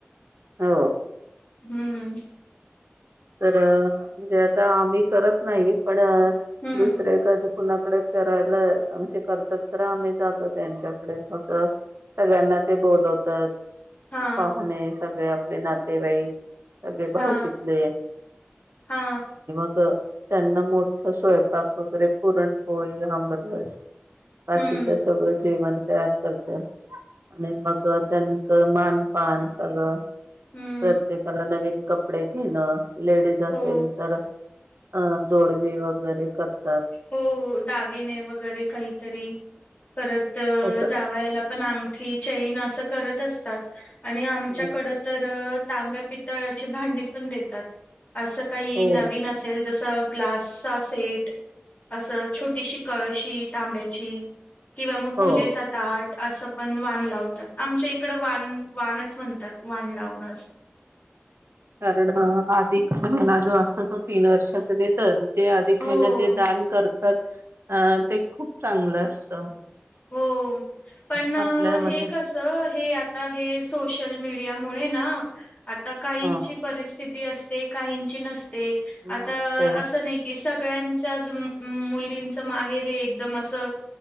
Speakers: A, on the right; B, on the left.
A: हो.
B: हम्म.
A: तर म्हणजे आता आम्ही करत नाही पण
B: हम्म
A: दुसरे क कुणा करायला म्हणजे करतात तर आम्ही जातो त्यांच्याकडे मग सगळ्यांना ते बोलंवतांत
B: हा
A: पाहुणे सगळें आपले नातेवाईक सगळें भाऊकितले
B: हा हा
A: त्यांनां मोठं स्वयंपांक वगैरें पुरणपोळी आबांरस बाकीच
B: हम्म
A: सगळं जेवणं तयार करतांत आणि मंग त्यांचं मांनपांन सगळं
B: हम्म
A: प्रत्येकांला नवीन कपडे घेणं लेडीज असेल
B: हो
A: तर अ जोडवी वगैरे करं
B: हो दागिने वगैरें कांहीतरी परंत
A: असं
B: जावंई यांला पणं अंगठी चैन असं करत असतांत आणि आमच्याकडं
A: हं,
B: तरं तांब्या पितळा्याची भांडी पणं देतांत असं कांहीं
A: हो
B: नवीन असेल जसं ग्लासचा सेंट असं छोटीशी कळशी तांब्याची किंवा मंग
A: हो
B: पूजेचा तांट असं पणं वान लावतांत आमच्या इकडं वान वानच म्हणतांत वान लावणं असं
A: कारणं अधिक महिना जो असतं तो तीनं वर्षांत देतं अध जे अधिक
B: हो
A: महिन्यांत जे दानं करतांत अ ते खूंप चांगलं असतं
B: हो पणं
A: आपल्यामध्ये
B: हे कसं हे आ आतां हे सोशल मीडिया मुळें ना आतां काहींची
A: ह
B: परिस्थिती असतें काहींची नसते आतां
A: नसते
B: असं नाहीं की स सगळ्यांचं मुलींचं माहेरी एकदंम असं